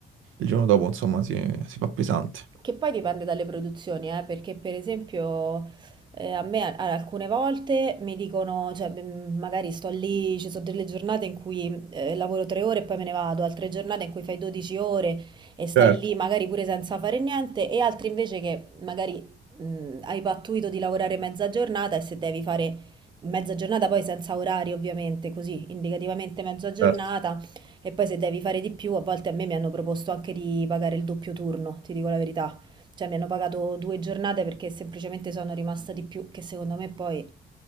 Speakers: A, on the right; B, on the right.
A: il giorno dopo insomma si, si fa pesante.
B: Che poi dipende dalle produzioni, eh, perché per esempio eh, a me a- alcune volte mi dicono, cioè mm, magari sto lì, ci sono delle giornate in cui eh, lavoro tre ore e poi me ne vado, altre giornate in cui fai 12 ore e stai
A: Certo,
B: lì magari pure senza fare niente, e altre invece che magari mm, hai pattuito di lavorare mezza giornata e se devi fare mezza giornata poi senza orari ovviamente, così indicativamente mezza giornata
A: certo.
B: e poi se devi fare di più, a volte a me mi hanno proposto anche di pagare il doppio turno, ti dico la verità. Cioè mi hanno pagato due giornate perché semplicemente sono rimasta di più, che secondo me poi